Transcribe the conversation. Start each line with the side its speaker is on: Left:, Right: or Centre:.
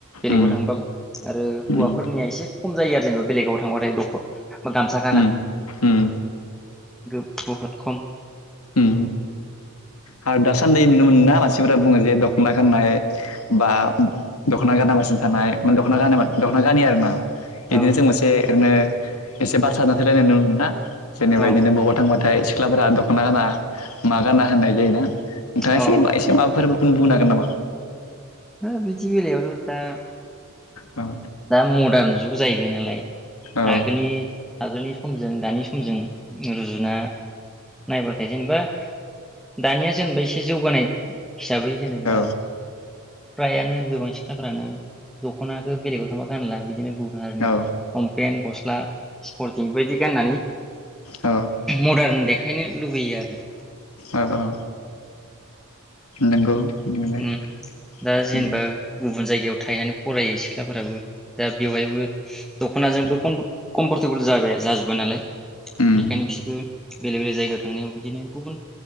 Centre: बेलेगाव
Left: उम
Centre: थांबा आरो हौवाफोरनिया
Left: उम
Centre: एसे खम जायो आरो जेनेबा बेलेगाव थांबाथाय दख' बा गामसा गाना
Left: उम उम
Centre: गो बहुद खम।
Left: उम आरो दासानदै नुनो मोना मानसिफोरा बुङो जे दख'ना गाननाय बा दख'ना गानना बासिनो थानाय मेने दख'ना दख'ना गानि आरो ना। बिदिनो
Centre: औ
Left: जों मोनसे बेनो एसे बारसा <unintelligible> जेनेबा
Centre: औ
Left: बिदिनो बबाव थांबथाय सिख्लाफोरा दख'ना गाना। मागाना होननाय नोंथाङा
Centre: औ
Left: एसे एसे माबा फोरबोखुं बुंनो हांगोन नामा
Centre: हा बदि बेलायावथ दा --
Left: औ
Centre: दा मदार्न जुग जाहैबाय नालाय
Left: औ
Centre: आगोलनि आगोलनि समजों दानि सम समजों रुजुना नायबाथाय जेनेबा दानिया जेनेबा एसे जौगानाय हिसाबै जेनेबा
Left: औ
Centre: फ्रायानो गोबां सिख्लाफ्रानो दख'नाखौ बेलेगाव गानला बिदिनो गुबुन हारिनिफोरनि
Left: औ
Centre: लंफेन गस्ला सिफ बायदि गाननानै
Left: औ
Centre: मदारन दे खायनो लुबैयो आरो
Left: औ औ नंगौ नंनायालाय
Centre: ओम दा जेनेबा
Left: उम
Centre: गुबुन जायगायाव थाहनानै फरायो सिख्लाफोराबो दा बेवहायबो दख'नाजोंबो कमफरटेबोल जाबाय जाजोब जोबा नालाय
Left: उम
Centre: बेखायनो बिसोरबो बेलेग बेलेग जायगायाव थांनायाव बिदिनो गुबुन